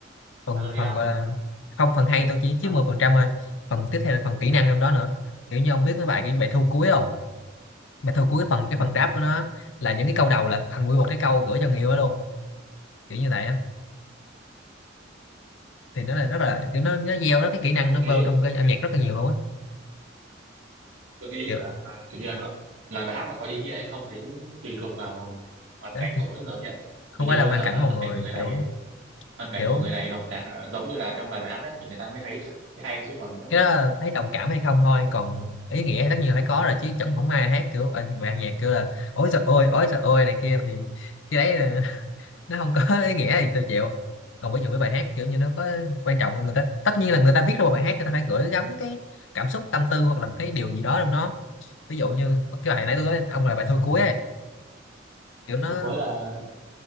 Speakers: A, on the left; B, on the right.
A: phần
B: ừ thì
A: phần
B: đó
A: gọi là không phần hay tôi chỉ chiếm
B: phần
A: 10% thôi phần tiếp theo là phần kỹ năng trong đó nữa kiểu như ông biết mấy bài kiểu như bài thu cuối không bài thu cuối phần cái phần rap của nó là những cái câu đầu là thành nguyên một cái câu gửi cho người yêu đó luôn kiểu như vậy á thì nó là rất là kiểu nó nó gieo rất cái kỹ năng
B: tôi
A: nó vào
B: nghĩ
A: trong cái âm nhạc rất là nhiều luôn á
B: tôi nghĩ
A: kiểu
B: hả là kiểu như là nó là bài hát nó có ý nghĩa hay không thì cũng tùy thuộc vào hoàn
A: đó,
B: cảnh
A: thì
B: của mỗi người nhỉ
A: không
B: kiểu
A: phải
B: như
A: là hoàn
B: hả,
A: cảnh
B: hoàn
A: mọi người
B: cảnh của người này
A: kiểu
B: hoàn cảnh
A: kiểu
B: của người này đồng cảm giống như là trong lời bài hát ấy thì người ta mới thấy cái hay chứ còn nếu
A: cái
B: mà
A: đó thấy đồng cảm hay không thôi còn ý nghĩa thì tất nhiên là phải có rồi chứ chẳng không ai hát kiểu ờ, mà nhạc kêu là ối trời ôi ối trời ôi này kia thì cái đấy là, <laughs> nó không có ý nghĩa thì tôi chịu còn ví dụ cái bài hát kiểu như nó có quan trọng là người ta tất nhiên là người ta viết ra một bài hát người ta phải gửi gắm cái cảm xúc tâm tư hoặc là một cái điều gì đó trong nó ví dụ như cái bài nãy tôi nói ông là bài thôi cuối ấy kiểu nó
B: câu cuối là